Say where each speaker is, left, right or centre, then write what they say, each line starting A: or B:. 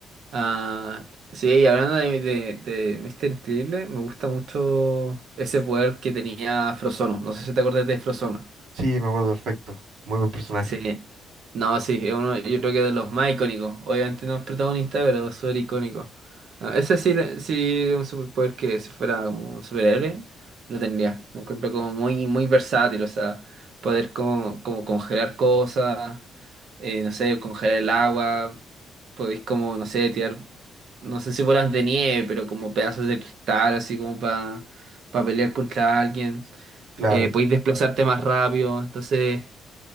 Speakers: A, on the right (about 65°); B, on the right (about 80°).
A: Ah, sí, y hablando de, de, de Mr. Increíble, me gusta mucho ese poder que tenía Frozono. No sé si te acuerdas de Frozono.
B: Sí, me acuerdo perfecto, muy buen personaje,
A: Sí. No, sí, es uno, yo creo que de los más icónicos. Obviamente no es protagonista, pero es súper icónico. No, ese sí, le- sí, un superpoder que si fuera como un superhéroe, lo tendría. Lo encuentro como muy, muy versátil, o sea, poder como, como congelar cosas, eh, no sé, congelar el agua, podéis como, no sé, tirar, no sé si bolas de nieve, pero como pedazos de cristal, así como para pelear contra alguien.
B: claro,
A: Eh, podéis desplazarte más rápido, entonces...